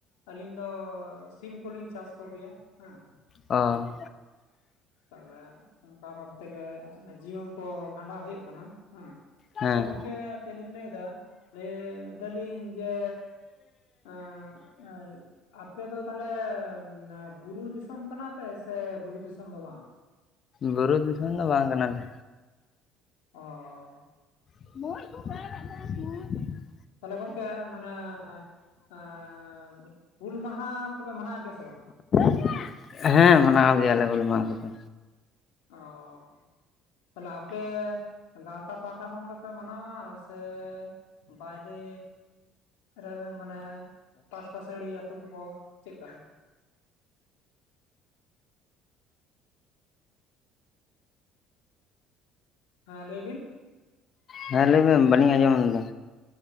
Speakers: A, on the left; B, on the left.
A: ᱟᱹᱞᱤᱧ ᱫᱚ ᱥᱤᱢ ᱠᱚᱞᱤᱧ ᱪᱟᱥ ᱠᱚ ᱜᱮᱭᱟ ᱦᱮᱸ᱾
B: ᱚᱸ᱾
A: ᱛᱟᱦᱚᱞᱮ ᱚᱱᱠᱟ ᱵᱷᱟᱵ ᱛᱮᱜᱮ ᱡᱤᱭᱚᱱ ᱠᱚ ᱠᱷᱟᱸᱰᱟᱣ ᱦᱩᱭᱩᱜ ᱠᱟᱱᱟ᱾ ᱦᱮᱸ
B: ᱦᱮᱸ
A: ᱟᱫᱚ ᱜᱚᱝᱠᱮ ᱪᱮᱫ ᱞᱤᱧ ᱞᱟᱹᱭᱫᱟ ᱞᱟᱹᱭ ᱫᱟᱞᱤᱧ ᱡᱮ ᱮᱸ ᱟᱹᱭ ᱟᱯᱮ ᱫᱚ ᱛᱟᱦᱚᱞᱮ ᱱᱮ ᱵᱩᱨᱩ ᱫᱤᱥᱚᱢ ᱠᱟᱱᱟ ᱯᱮ ᱥᱮ ᱵᱩᱨᱩ ᱫᱤᱥᱚᱢ ᱫᱚ ᱵᱟᱝ?
B: ᱵᱩᱨᱩ ᱫᱤᱥᱚᱢ ᱫᱚ ᱵᱟᱝ ᱠᱟᱱᱟᱞᱮ᱾
A: ᱚᱸ᱾
B: <unintelligible>
A: ᱛᱟᱦᱚᱞᱮ ᱜᱚᱝᱠᱮ ᱢᱟᱱᱮ ᱮᱸ ᱦᱩᱞ ᱢᱟᱦᱟ ᱠᱚᱯᱮ ᱢᱟᱱᱟᱣ ᱜᱮᱭᱟ ᱥᱮ ᱵᱟᱝ?
B: <inaudible> ᱦᱮᱸ ᱢᱟᱱᱟᱣ ᱜᱮᱭᱟ ᱞᱮ ᱦᱩᱞ ᱢᱟᱦᱟ ᱠᱚᱫᱚ᱾
A: ᱚ᱾ ᱛᱟᱦᱚᱞᱮ ᱟᱯᱮ ᱜᱟᱶᱛᱟ ᱯᱟᱦᱟᱴᱟ ᱠᱷᱚᱱ ᱜᱮᱯᱮ ᱢᱟᱱᱟᱣᱟ? ᱥᱮ ᱵᱟᱭᱨᱮ ᱨᱮ ᱢᱟᱱᱮ ᱯᱟᱥ ᱯᱟᱹᱥᱟᱹᱲᱤ ᱟᱹᱛᱩ ᱠᱚᱨᱮ ᱪᱮᱜᱠᱟ ᱞᱮᱠᱟ? ᱦᱮᱸ, ᱞᱟᱹᱭ ᱵᱤᱱ᱾
B: ᱦᱮᱸ, ᱞᱟᱹᱭᱵᱤᱱ ᱵᱟᱹᱞᱤᱧ ᱟᱸᱡᱚᱢ ᱞᱮᱫᱟ᱾